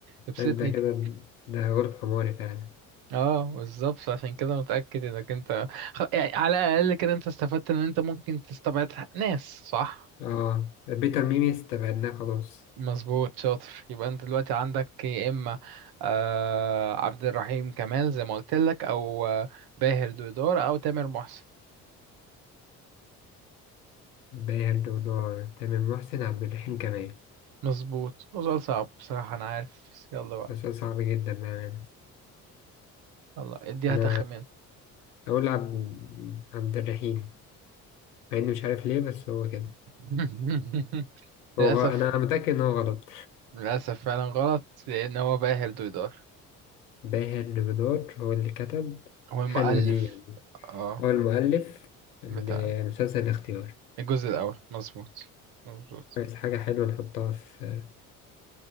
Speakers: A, on the right (about 60°); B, on the left (about 80°).
A: ابسطني
B: أنت كده
A: كده
B: ده غلب حماري فعلا
A: اه بالظبط عشان كده متأكد انك انت خ- يعني على الاقل كده انت استفدت ان انت ممكن تستبعد ناس صح
B: آه بيتر ميمي استبعدناه خلاص
A: مظبوط شاطر يبقى انت دلوقتي عندك يا اما آه عبد الرحيم كمال زي ما قلت لك او آه، باهر دودار او تامر محسن
B: بيهد ودار تامر محسن عبد الرحيم كمال
A: مظبوط هو سؤال صعب بصراحة أنا عارف بس يلا بقى
B: بس صعب جدا بأمانة
A: يلا اديها
B: انا
A: تخمين
B: اقول عبد عبد الرحيم مع اني مش عارف ليه بس هو كده
A: <laughs> للأسف
B: هو غ... انا متاكد ان هو غلط
A: للأسف فعلا غلط لأن هو باهر دويدار
B: باهر لبدار هو اللي كتب
A: هو المؤلف
B: حلوه دي يعني
A: اه
B: هو المؤلف لمسلسل
A: بتاع
B: الاختيار
A: الجزء الأول مظبوط مظبوط
B: كويس حاجه حلوه نحطها في